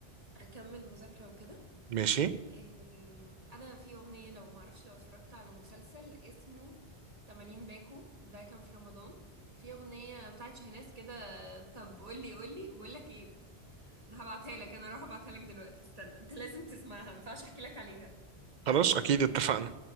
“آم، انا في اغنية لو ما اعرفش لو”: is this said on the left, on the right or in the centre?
Right